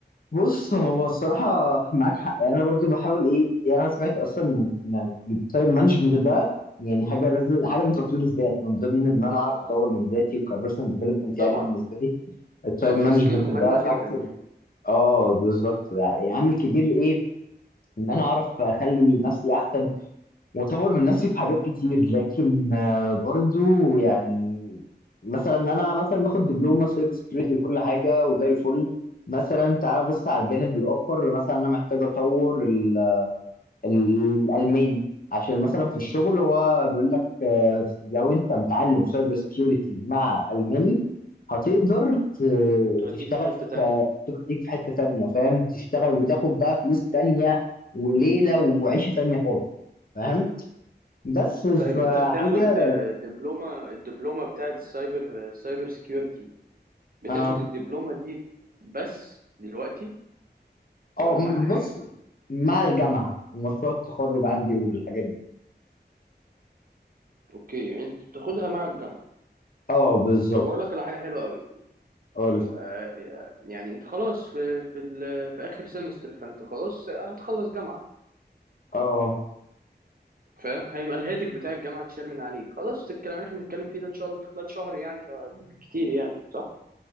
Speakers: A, on the left; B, on the right.
A: بص هو الصراحة معاك حق يعني أنا برضو بحاول إيه يعني أنا سمعت أصلا من من التايم مانجمنت ده يعني حاجة لازم حاجة من تطوير الذات من ضمن إن أنا أعرف أطور من ذاتي وكبيرسونال ديفلوبمنت
B: طبعا
A: يعني بالنسبة لي التايم
B: سوفت
A: مانجمنت
B: سكيل مهمه
A: ده فاكتور
B: جدا يعني
A: أه بالظبط يعني عامل كبير إيه إن أنا أعرف أخلي نفسي أحسن واطور من نفسي في حاجات كتير لكن آه، برضو يعني مثلا انا مثلا باخد دبلومه سايبر سكيورتي وكل حاجه وزي الفل مثلا تعال بص على الجانب الاخر مثلا انا محتاج اطور ال- ال- الالماني عشان مثلا في الشغل هو بيقول لك آه، لو انت متعلم سايبر سكيورتي مع الماني هتقدر ت-
B: هتوديك
A: تشتغل
B: في حته
A: في
B: تانية
A: توديك في حته تانيه فاهم تشتغل وتاخد بقى فلوس تانيه وليله وعيشه تانيه خالص فاهم بس
B: طيب
A: في
B: انت بتاخد
A: حاجة
B: آه، دبلومه الدبلومه بتاعت السايبر سايبر سيكيورتي بتاخد
A: اه
B: الدبلومه دي بس دلوقتي
A: اه
B: ولا
A: م-
B: معاها حاجه
A: بص مع الجامعة ومشروع التخرج عندي والحاجات دي
B: اوكي يعني انت بتاخدها مع الجامعه
A: اه بالظبط
B: طب هقول لك على حاجه حلوه قوي
A: قلت
B: آه، يعني انت خلاص في في ال- في اخر سمستر فانت خلاص هتخلص جامعه
A: اه
B: فاهم هيبقى الهيدك بتاع الجامعه اتشال من عليك خلاص الكلام اللي احنا بنتكلم فيه ده ان شاء الله في خلال شهر يعني شهر بالكتير يعني صح